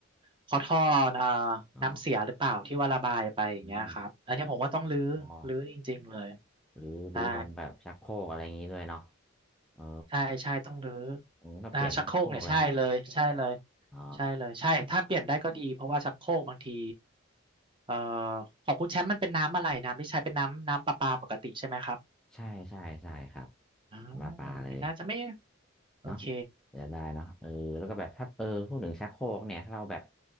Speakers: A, on the right; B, in the centre.
A: เพราะท่อเอ่อ
B: อ๋อ
A: น้ำเสียหรือเปล่าที่ว่าระบายไปอย่างเงี้ยครับอันนี้ผมว่าต้องรื้อรื้อจริงๆเลย
B: อ๋ออ๋อหรือหรือตรงแบบชักโครกอะไรอย่างนี้ด้วยเนาะ
A: ใช่
B: เออ
A: ใช่ใช่ต้องรื้อ
B: ผมก็เปลี่ยนชักโครกเลย
A: อ่าชักโครกเนี่ยใช่เลยใช่เลย
B: อ๋อ
A: ใช่เลยใช่ถ้าเปลี่ยนได้ก็ดีเพราะว่าชักโครกบางทีเอ่อของคุณแชมป์มันเป็นน้ำอะไรน้ำที่ใช้เป็นน้ำน้ำประปาปกติใช่ไหมครับ
B: ใช่ใช่ใช่ครับ
A: อ่าอย่างนี้น่าจะไม่
B: มาปลาเลย
A: โอเค
B: เนาะจะได้เนาะเออแล้วก็แบบถ้าเออพูดถึงชักโครกเนี่ยถ้าเราแบบ